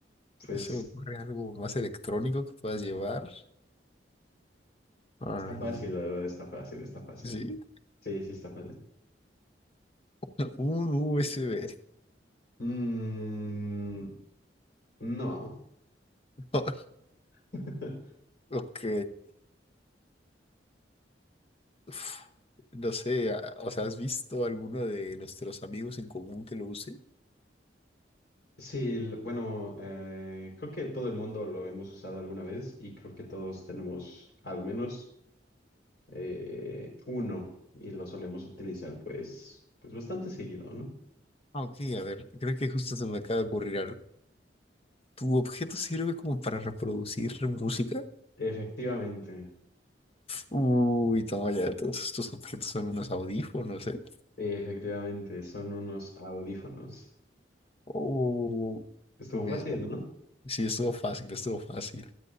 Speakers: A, on the left (about 60°); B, on the left (about 35°).
A: Pues
B: ¿No se me ocurre algo más electrónico que puedas llevar? Arr,
A: está fácil, la verdad, está fácil, está fácil.
B: Sí,
A: Sí, sí, está fácil.
B: <laughs> un USB.
A: Mm, no.
B: <laughs>
A: <laughs>
B: Ok. Uf, no sé, a- o sea, ¿has visto alguno de nuestros amigos en común que lo use?
A: Sí, l- bueno, eh, creo que todo el mundo lo hemos usado alguna vez y creo que todos tenemos al menos eh, uno y lo solemos utilizar pues, pues bastante seguido, ¿no?
B: Ah, ok, a ver, creo que justo se me acaba de ocurrir algo. ¿Tu objeto sirve como para reproducir música?
A: Efectivamente,
B: Uy, toma ya, todos estos objetos son unos audífonos, ¿eh?
A: efectivamente, son unos audífonos.
B: Oh,
A: Estuvo
B: pues
A: fácil,
B: bueno.
A: ¿no?
B: Sí, estuvo fácil, estuvo fácil.